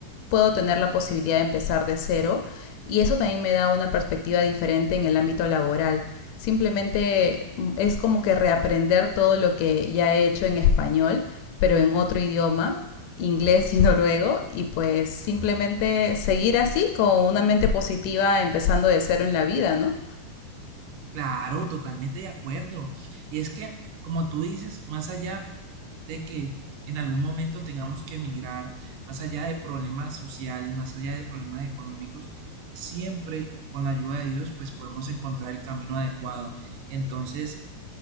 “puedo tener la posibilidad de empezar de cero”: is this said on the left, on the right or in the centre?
Left